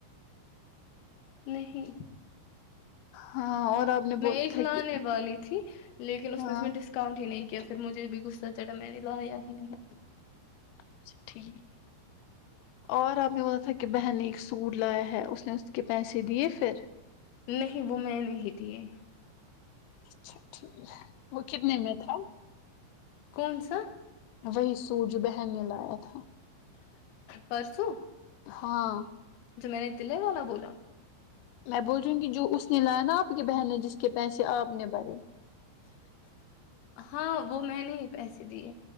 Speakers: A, on the left; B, on the left.
A: نہیں
B: ہاں اور آپ نے
A: میں
B: بولا
A: ایک
B: تھا
A: لانے
B: کہ
A: والی تھی لیکن اس
B: ہاں
A: نے اس میں ڈسکاؤنٹ ہی نہیں کیا کیا پھر مجھے بھی غصہ چڑھا میں نے لایا ہی نہیں
B: اچھا ٹھیک اور آپ نے پتا تھا کہ بہن نے ایک سوٹ لایا ہے اس نے اس کے پیسے دیے پھر
A: نہیں وہ میں نہیں دیے
B: ہاں اچھا ٹھیک وہ کتنے میں تھا
A: کون سا
B: وہی سورج بہن نے لایا تھا
A: پرسوں
B: ہاں
A: جو میں نے تے والا بولا
B: میں بول رہی ہوں کہ جو اس نے لایا نا آپ کی بہن نے جس کے پیسے آپ نے بری
A: ہاں وہ میں نے ہی پیسے دیے